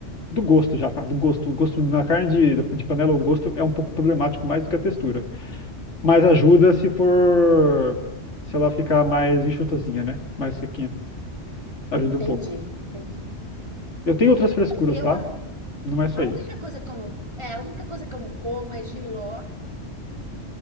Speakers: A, on the left; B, on the right.
A: do gosto já, tá? Do gosto. O gosto na carne de, de panela, o gosto é um pouco problemático mais do que a textura. Mas ajuda se for. Se ela ficar mais enxutazinha, né? Mais sequinha. Ajuda
B: Entendi.
A: um pouco.
B: Entendi.
A: Eu tenho outras frescuras,
B: Eu,
A: tá?
B: a,
A: Não é só
B: a
A: isso.
B: única coisa que eu não, é, a única coisa que eu não como é jiló.